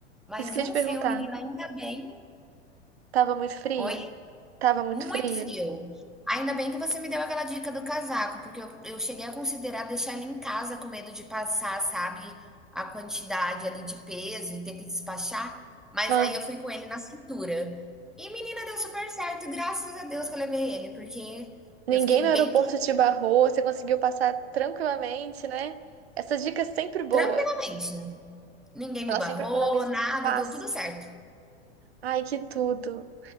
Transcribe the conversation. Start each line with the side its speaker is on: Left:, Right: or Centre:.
Centre: mas
Right: isso que eu
Centre: um
Right: ia te perguntar.
Centre: frio, menina, ainda bem.
Right: Tava muito frio?
Centre: Oi?
Right: Tava muito
Centre: Muito
Right: frio.
Centre: frio. Ainda bem que você me deu aquela dica do casaco, porque eu eu cheguei a considerar deixar ele em casa com medo de passar, sabe, a quantidade ali de peso e ter que despachar, mas
Right: Ah,
Centre: aí eu fui com ele na cintura. E menina, deu super certo, graças a Deus que eu levei ele, porque
Right: ninguém
Centre: eu fiquei
Right: no aeroporto
Centre: bem
Right: te barrou, você conseguiu passar tranquilamente, né? Essa dica é sempre boa.
Centre: tranquilamente. Ninguém me
Right: Ela
Centre: barrou,
Right: sempre economiza
Centre: nada,
Right: espaço.
Centre: deu tudo certo.
Right: Ai, que tudo.